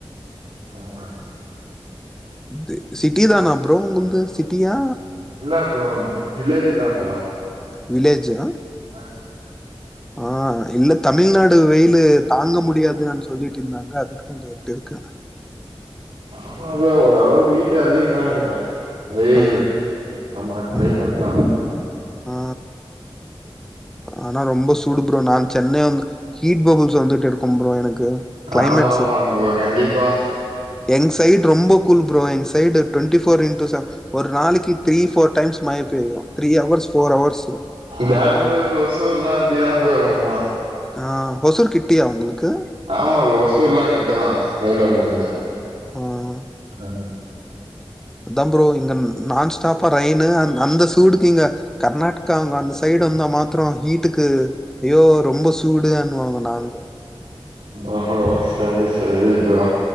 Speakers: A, on the right; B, in the centre.
A: ஆமாங்க
B: இது சிட்டி தான ப்ரோ உங்கள்து சிட்டியா
A: இல்ல ப்ரோ வில்லேஜா தா ப்ரோ
B: வில்லேஜா
A: ஆ
B: ஆ இல்ல தமிழ்நாடு வெயிலு தாங்க முடியாது அம் சொல்லிட்டு இருந்தாங்க அதுக்குதா போட் இருக்கு
A: ஆமா ப்ரோ ஓரளவுக்கு ஹீட்டு அதிக தா இங்க வெயில்
B: ஆ
A: ஆமா <unintelligible>
B: ஆ
A: வா
B: ஆ ஆனா ரொம்ப சூடு ப்ரோ நா சென்னை வந்து ஹீட் பப்புள்ஸ் வந்துட்டு இருக்கு ப்ரோ எனக்கு கிளைமேட்ஸ்
A: ஆமா ஆமா ப்ரோ கண்டிப்பா
B: என் சைட் ரொம்ப cool bro one side twenty four in two seven ஒரு நாளைக்கி த்ரீ ஃபோர் டைம்ஸ் மழை பெய்யும் three hours four hours
A: Bangalore ஒசூர்லா அப்டிதா ப்ரோ கொஞ்சோ
B: ஆ ஒசூர் கிட்டியா உங்குளுக்கு
A: ஆமா ஃப்ரோ ஒசூர்ல்லா கிட்டதா வேலூர்ல இருந்து
B: ஆ
A: ஆ
B: அதா ப்ரோ இங்க நான் ஸ்டாப்பா ரைனு அந் அந்த சூடுக்கு இங்க கர்நாட்டுகா அங்க அந்த சைடு வந்தா மாத்ரம் ஹீட்டுக்கு ஐயோ ரொம்ப சூ டூட்டூதான்னு வாங்க நாங்கோ
A: ஓஹோ சரி சரி ஃப்ரோ